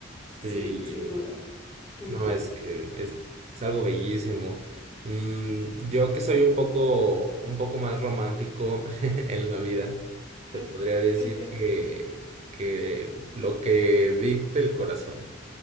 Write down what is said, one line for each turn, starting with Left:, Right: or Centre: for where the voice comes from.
Left: Sí,
Right: Sí.
Left: sin duda, sin
Right: No,
Left: duda.
Right: es que es, es algo
Left: Eh,
Right: bellísimo. Mm, yo que soy un poco, un poco más romántico <laughs> en la vida, te
Left: eh,
Right: podría decir
Left: Ok.
Right: que, que lo que dicte el corazón.